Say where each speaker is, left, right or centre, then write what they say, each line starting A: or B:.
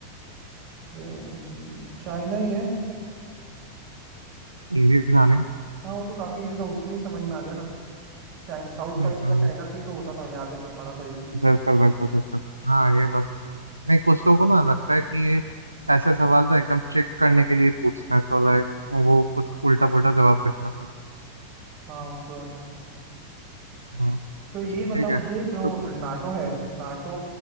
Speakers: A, on the right; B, on the right.
A: ज- चाइना ही है
B: इजी था नहीं
A: हाँ वो तो काफी इजी था उसी में ही समझ में आ गया ना चाइना साउथ
B: हम्म,
A: चाइना का चाइना से ही तो होता था याद है मैं पढ़ा था ये चीज
B: बिल्कुल बिल्कुल बिल्कुल हाँ ये बात तो सही है नहीं कुछ लोगों को ना लगता है कि ये ऐसे सवाल ना एकदम चेक करने के लिए पूछते हैं तो लाइक वो कुछ उल्टा पुल्टा जवाब देते हैं फिर
A: हाँ वो तो है ना
B: हम्म,
A: तो ये बताओ
B: ठीक है
A: मुझे
B: तो
A: जो नाटो है नाटो